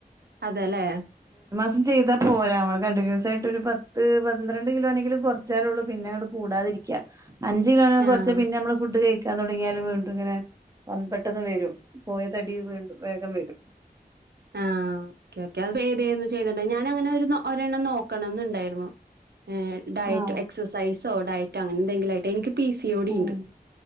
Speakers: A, on the right; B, on the right.
A: അതല്ലേ
B: ഇത് ചെയ്താൽ പോരാ നമ്മള് കണ്ടിന്യൂസ് ആയിട്ട് ഒരു പത്ത് പന്ത്രണ്ട് കിലോ എങ്കിലും കൊറേച്ചാൽ ഉള്ളൂ പിന്നെ അങ്ങോട് കൂടാതെ. നിക്കാ അഞ്ച് കിലോവരെ
A: ആഹ്
B: കുറച്ച് പിന്നെ നമ്മള് ഫുഡ് കഴിക്കാൻ തുടങ്ങിയാലും വീണ്ടും ഇങ്ങനെ പെട്ടെന്ന് വരും പോയത്. തടി വിണ്ടും വേഗം വരും
A: ആഹ ഓക്കെ ഓക്കെ അത് പതന്ന് ചെയ്തണ്ട ഞാാന അങ്ങനെ ഒരു ഒരെണ്ണം നോക്കണം എന്നുണ്ടായിരുന്നു ഉം ഡയറ്റ്
B: ആഹ്
A: എക്സൈസോ ഡയറ്റോ അങ്ങനെ എന്തെങ്കിലും ആയിട്ട് എനിക്ക് പി സി ഓ ടി
B: ഉം
A: ഉണ്ട്